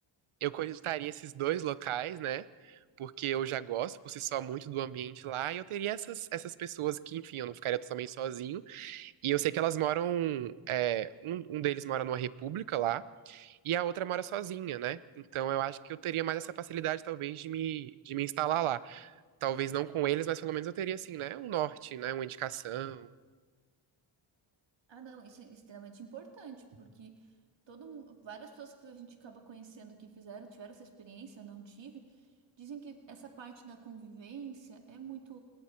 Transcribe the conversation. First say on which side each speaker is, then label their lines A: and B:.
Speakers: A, on the right; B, on the right.
A: eu cogitaria esses dois locais, né? Porque eu já gosto por si só muito do ambiente lá, e eu teria essas, essas pessoas que, enfim, eu não ficaria totalmente sozinho. E eu sei que elas moram. é, um, um deles mora numa república lá, e a outra mora sozinha, né? Então eu acho que eu teria mais essa facilidade, talvez, de me, de me instalar lá. Talvez não com eles, mas pelo menos eu teria, assim, né? Um norte, né? Uma indicação.
B: Ah, não, isso é extremamente importante, porque todo, mu- várias pessoas que a gente acaba conhecendo que fizeram, tiveram essa experiência, eu não tive, Dizem que essa parte da convivência é muito,